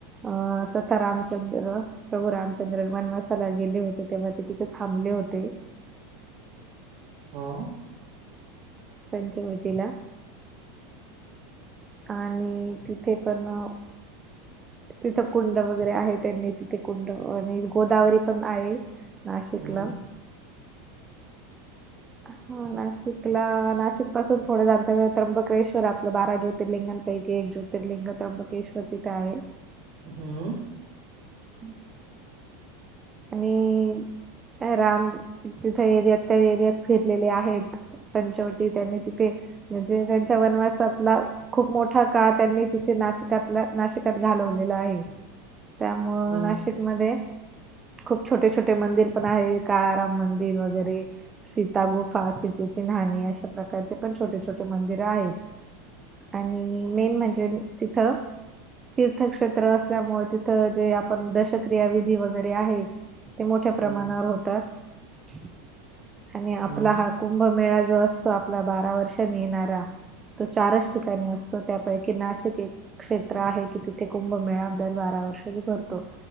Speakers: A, on the right; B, on the right.
A: अं सखा रामचंद्र प्रभू रामचंद्र वनवासाला गेले होते, तेव्हा ते तिथे थांबले होते.
B: हं
A: पंचवटीला आणि तिथे पण अ तिथं कुंड वगैरे आहे, त्यांनी तिथे कुंड आणि गोदावरी पण आहे. नाशिकला
B: हं.
A: हा नाशिकला, नाशिक पासून थोडंच अंतरावर त्र्यंबकेश्वर आपलं बारा ज्योतिर्लिंगान पैकी एक ज्योतिर्लिंग त्र्यंबकश्वर तिथं आहे.
B: हं
A: <unintelligible> आणि आ राम तिथं एरियात त्या एरियात फिरलेले आहेत. पंचवटी त्यांनी तिथे म्हणजे त्यांच्या वनवासातला खूप मोठा काळ त्यांनी तिथे नाशिकातला नाशिकात घालवलेला आहे. त्यामुळं
B: हं,
A: नाशिकमध्ये खूप छोटे -छोटे मंदिर पण आहे. काळा राम मंदिर वगैरे, सीता गुफा, सीतेची न्हाणी अशा प्रकारचे पण छोटे- छोटे मंदिर आहेत. आणि मेन म्हणजे तिथं तीर्थक्षेत्र असल्यामुळे तिथं जे आपण दशक्रिया विधी वगैरे आहे, ते मोठ्या प्रमाणावर
B: हं,
A: होतात आणि आपला
B: हं,
A: हात कुंभमेळा जो असतो आपला बारा वर्षांनी येणारा, तो चारच ठिकाणी असतो त्यापैकी नाशिक एक- क्षेत्र आहे की, तिथे कुंभमेळा दर बारा वर्षांनी भरतो.